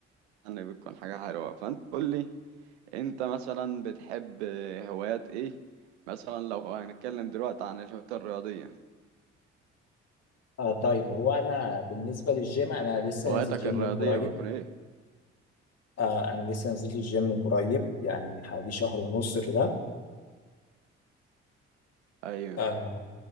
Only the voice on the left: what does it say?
آه طيب هو انا بالنسبه للجيم انا لسه
نازل جيم
من قريب
آه انا لسه نزلت الجيم من قريب يعني من حوالي شهر ونص كده
آه